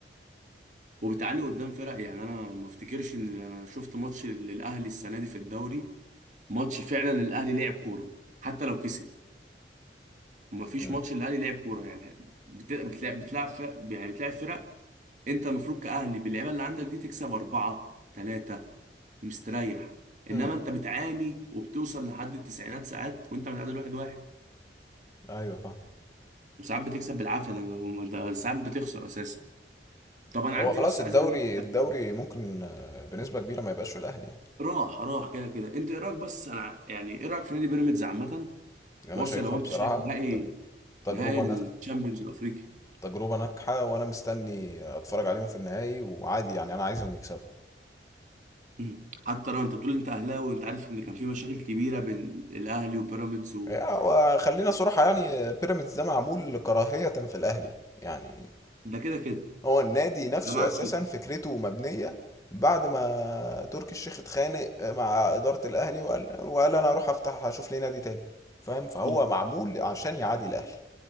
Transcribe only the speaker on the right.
وبتعاني قدام فرق يعني انا ما افتكرش ان انا شفت ماتش للاهلي السنه دي في الدوري ماتش فعلا الاهلي لعب كوره حتى لو كسب ما فيش
ماتش الاهلي لعب كوره يعني بت- بتلعب بتلعب فرق يعني بتلعب فرق انت المفروض كاهلي باللعيبه اللي عندك دي تكسب اربعه ثلاثه مستريح
انما انت بتعاني وبتوصل لحد التسعينات ساعات وانت متعادل واحد واحد
وساعات بتكسب بالعافيه ده ده ساعات بتخسر اساسا طب انا عندي
بس
عايز اكلمك
راح راح كده كده انت ايه رايك بس انا يعني ايه رايك في نادي بيراميدز عامه
واصل
لو انت
شايف نهائي
نهائي الشامبيونز
الافريقي
مم. حتى لو انت بتقول انت اهلاوي وانت عارف ان كان في مشاكل كبيره بين الاهلي وبيراميدز و...
ده كده كده
انا معاك
فيها
اه